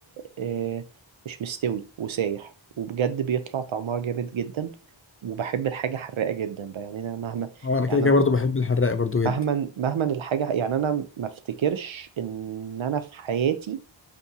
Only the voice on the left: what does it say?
اه انا كده
كده
برضه بحب الحراق برضه جدا